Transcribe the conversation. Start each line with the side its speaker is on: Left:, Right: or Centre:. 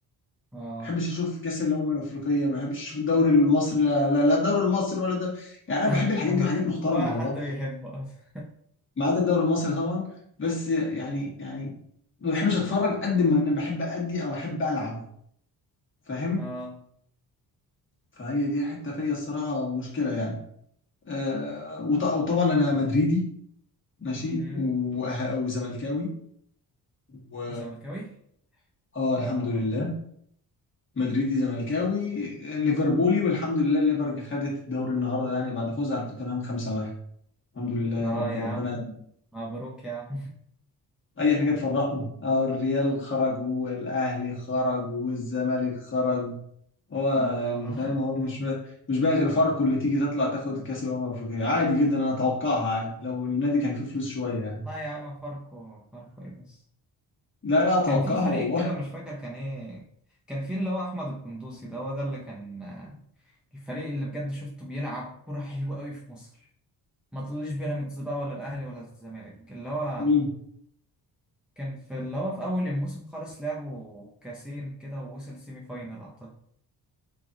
Centre: اه
Left: بحبش اشوف كاس الامم الافريقيه ما بحبش اشوف الدوري المصري لا لا لا الدوري المصري ولا ده يعني انا بحب
Centre: <laughs>
Left: الحاجات دي وحاجات محترمه
Centre: ولا
Left: والله
Centre: حد بيحبه اصلا
Left: ما عدا الدوري المصري طبعا بس يعني يعني ما بحبش اتفرج قد ما انا بحب ادي او احب العب فاهم
Centre: <laughs> اه
Left: فهي دي حته فيا الصراحه المشكله يعني آه وط- وطبعا انا مدريدي ماشي
Centre: امم
Left: وأه- وزملكاوي و
Centre: زملكاوي
Left: اه
Centre: يا
Left: الحمد
Centre: نهار
Left: لله
Centre: ابيض
Left: مدريدي زملكاوي ليفربولي والحمد لله الليفر دي خدت الدوري النهارده يعني بعد فوز على توتنهام 5-1 الحمد لله يا
Centre: اه
Left: رب
Centre: يا
Left: ربنا
Centre: عم مبروك يا عم
Left: اي حاجه تفرحنا اه الريال خرج والاهلي خرج والزمالك خرج هو
Centre: <laughs> اه
Left: يعني فاهم هو مش بقى مش بقى غير فاركو اللي تيجي تطلع تاخد كاس الامم الافريقيه عادي جدا انا اتوقعها عادي لو النادي كان فيه فلوس شويه
Centre: <laughs>
Left: يعني
Centre: لا يا عم فاركو فاركو ايه بس
Left: لا لا اتوقعها
Centre: كان في فريق
Left: والله
Centre: كده مش فاكر كان ايه كان في اللي هو احمد القندوسي ده هو ده اللي كان آه، الفريق اللي بجد شفته بيلعب كرة حلوة قوي في مصر ما تقوليش بيراميدز بقى ولا الاهلي ولا الزمالك اللي هو
Left: مين,
Centre: كان في اللي هو في أول الموسم خالص لعبوا كاسين كده ووصل سيمي فاينال أعتقد